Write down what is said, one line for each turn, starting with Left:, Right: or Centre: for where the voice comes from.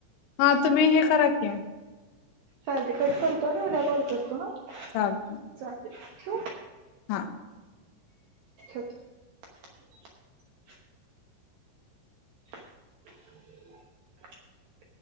Left: हा तुम्ही हे करा की
Right: चाल ते कट करतो आणि उद्या कॉल करतो हा चालेल
Left: चालतंय
Right: ठेव
Left: हा
Right: ेत <unintelligible> <unintelligible>